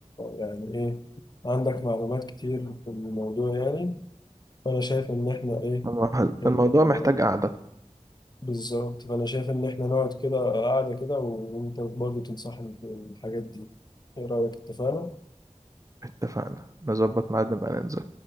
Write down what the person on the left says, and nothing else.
يعني ايه عندك معلومات كتير في الموضوع يعني فانا شايف ان احنا ايه
آه،
آه،
بالظبط فانا شايف ان احنا نقعد كده قاعده كده وانت برضه تنصحني في الحاجات دي ايه رايك اتفقنا